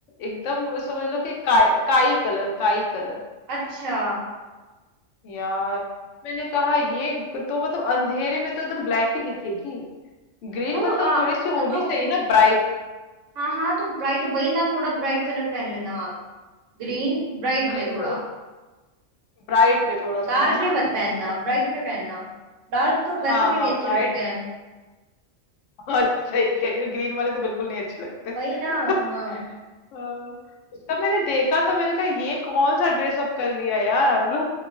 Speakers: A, on the left; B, on the right.
A: एकदम समझ लो कि काई काई कलर काई कलर
B: अच्छा
A: यार मैंने कहा ये तो मतलब अंधेरे में तो एकदम ब्लैक ही दिखेगी ग्रीन
B: तो
A: मतलब
B: आ,
A: थोड़ी सी होनी
B: तो
A: चाहिए ना ब्राइट
B: हाँ हाँ तो ब्राइट वही ना थोड़ा ब्राइट कलर पहन लेना आप ग्रीन ब्राइट
A: भाई
B: में थोड़ा
A: तो ब्राइट में थोड़ा
B: डार्क
A: सा है ना
B: में मत पहनना
A: हम्म
B: ब्राइट में पहनना डार्क तो वैसे
A: हाँ
B: भी
A: हाँ
B: नहीं अच्छे
A: ब्राइट
B: लगते हैं
A: और सही कह रही हो ग्रीन वाले तो बिल्कुल नहीं अच्छे लगते <laughs>
B: वही ना हाँ
A: हाँ, उसका मैंने देखा था मैंने कहा ये कौन सा ड्रेस अप कर लिया यार